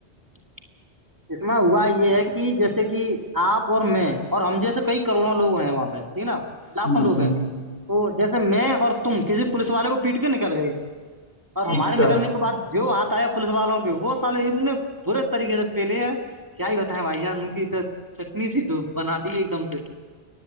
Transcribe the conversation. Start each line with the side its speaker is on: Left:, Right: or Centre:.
Right: <inaudible> اس میں ہوا یہ ہے کہ جیسے کہ آپ اور میں اور ہم جیسے کئی کروڑوں لوگ ہیں وہاں پہ نا
Left: ہوں
Right: لاکھوں لوگ
Left: ہوں
Right: ہیں تو جیسے میں اور تم کسی پولیس والے کو پیٹ کے نکل گئی اور ہمارے
Left: اچھا
Right: نکلنے کے بعد جو ہاتھ آئے پولیس والوں کے وہ سالے اتنے برے طریقے سے پیلے ہیں کیا ہی بتیں بھائی جان کیھر چٹنی س دو بنا دی ایک دم سے